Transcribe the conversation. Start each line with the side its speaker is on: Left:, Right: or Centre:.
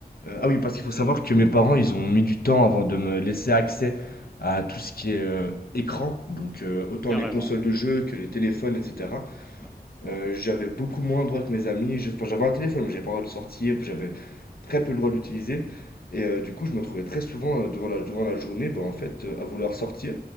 Left: Euh, ah oui, parce qu'il faut savoir que mes parents, ils ont mis du temps avant de me laisser accès à tout ce qui est euh, écran, donc euh, autant
Centre: Bien
Left: les
Centre: raison.
Left: consoles de jeux que les téléphones, etc.
Centre: Ouais.
Left: Euh, j'avais beaucoup moins le droit que mes amis, Je- enfin j'avais un téléphone, mais j'avais pas le droit de sortir, puis j'avais très peu le droit d'utiliser. Et euh, du coup, je me trouvais très souvent euh, durant la, durant la journée, ben, en fait, euh, à vouloir sortir